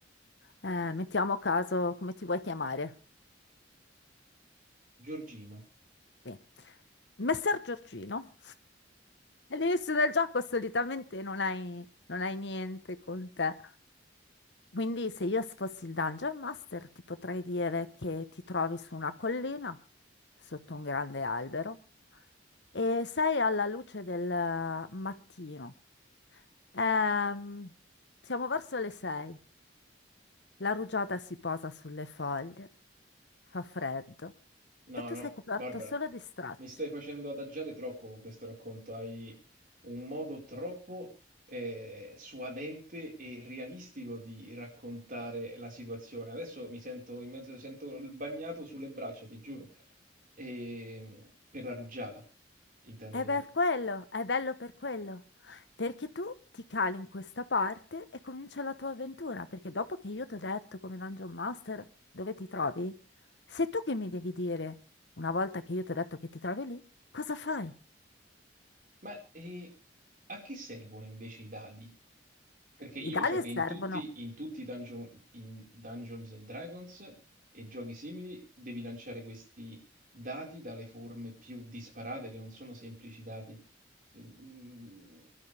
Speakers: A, on the left (about 65°); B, on the right (about 45°).
A: Eh, mettiamo a caso come ti vuoi chiamare.
B: Giorgino.
A: Bene. Messer Giorgino. All'inizio del gioco solitamente non hai, non hai niente con te. Quindi se io fossi il Dungeon Master ti potrei dire che ti trovi su una collina, sotto un grande albero, e sei alla luce del eh, mattino. Ehm, siamo verso le sei. La rugiada si posa sulle foglie, fa freddo
B: No,
A: e tu
B: no,
A: sei coperto
B: Barbara.
A: solo di stracci.
B: Mi stai facendo adagiare troppo con questo racconto, hai un modo troppo eh, suadente e realistico di raccontare la situazione. Adesso mi sento in mezzo, sento il bagnato sulle braccia, ti giuro, E- per la rugiada, intendo
A: È
B: dire.
A: per quello, è bello per quello, perché tu ti cali in questa parte e comincia la tua avventura, perché dopo che io ti ho detto come Dungeon Master dove ti trovi, sei tu che mi devi dire, una volta che io ti ho detto che ti trovi lì, cosa fai?
B: Ma e a che servono invece i dadi? Perché io
A: I dadi
B: so che in
A: servono
B: tutti, in tutti i dungeon, in Dungeons and Dragons e giochi simili devi lanciare questi dati dalle forme più disparate, che non sono semplici dati. Se- mm,